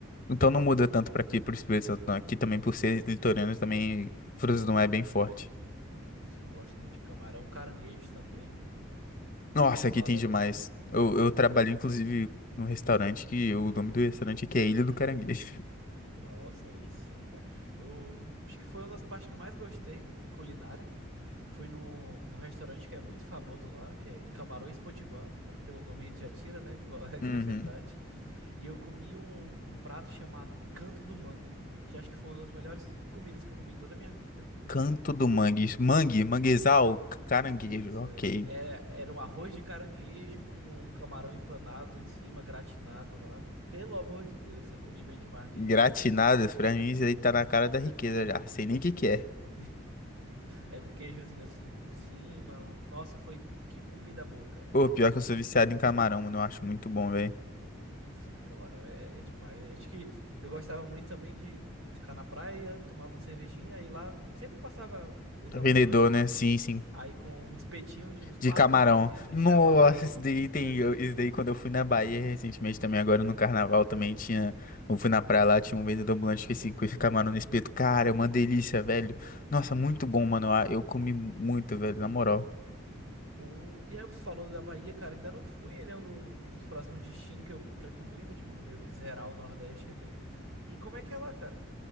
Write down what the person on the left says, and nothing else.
então não muda tanto pra aqui, por isso mesmo, aqui também por ser litorâneo também frutas do mar é bem forte.
Nossa,
aqui
tem
demais. Eu, eu trabalhei inclusive num restaurante que o nome do restaurante aqui é Ilha do Caranguejo.
Uhum.
Canto do Mangue, mangue, manguezal, c- caranguejo,
ok.
Gratinadas,
pra mim isso aí tá na cara da riqueza já, sei nem o que que é.
Pô, pior que eu sou viciado em camarão, mano. Eu acho muito bom, velho.
Vendedor,
né?
Sim, sim.
De camarão.
Nossa,
isso daí
tem.
eu- Isso daí quando eu fui na Bahia recentemente também, agora no carnaval também tinha. Eu fui na praia lá, tinha um vendedor ambulante com esse, com esse camarão no espeto. Cara, é uma delícia, velho. Nossa, muito bom, mano. Eu, eu comi muito, velho, na moral.